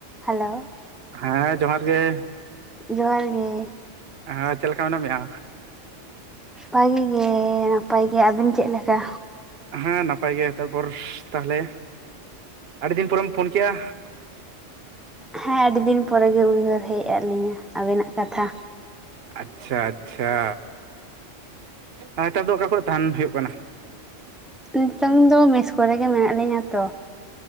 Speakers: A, in the centre; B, on the right (about 55°).
A: Hello,
B: ᱦᱮᱸ ᱡᱚᱦᱟᱨ ᱜᱮ,
A: ᱡᱚᱦᱟᱨ ᱜᱮ᱾
B: ᱦᱮᱸ ᱪᱮᱫ ᱞᱮᱠᱟ ᱢᱮᱱᱟᱜ ᱢᱮᱭᱟ?
A: ᱵᱷᱟᱜᱮ ᱜᱮ ᱱᱟᱯᱟᱭ ᱜᱮ ᱟᱹᱵᱮᱱ ᱪᱮᱫ ᱞᱮᱠᱟ?
B: ᱦᱮᱸ ᱱᱟᱯᱟᱭ ᱜᱮ ᱛᱟᱨᱯᱚᱨ ᱛᱟᱦᱞᱮ ᱟᱹᱰᱤ ᱫᱤᱱ ᱯᱚᱨᱮᱢ ᱯᱷᱳᱱ ᱠᱮᱜᱼᱟ?
A: ᱦᱮᱸ ᱟᱹᱰᱤ ᱫᱤᱱ ᱯᱚᱨᱮ ᱜᱮ ᱩᱭᱦᱟᱹᱨ ᱦᱮᱡ ᱟᱫ ᱞᱤᱧᱟ ᱟᱵᱤᱱᱟᱜ ᱠᱟᱛᱷᱟ᱾
B: ᱟᱪᱪᱷᱟ ᱟᱪᱪᱷᱟ, ᱱᱮᱛᱟᱨ ᱫᱚ ᱚᱠᱟ ᱠᱚᱨᱮ ᱛᱟᱦᱮᱸᱱ ᱦᱩᱭᱩᱜ ᱠᱟᱱᱟ?
A: ᱱᱤᱛᱚᱝ ᱫᱚ ᱢᱮᱥ ᱠᱚᱨᱮᱜᱮ ᱢᱮᱱᱟᱜ ᱞᱤᱧᱟᱹ ᱛᱚ᱾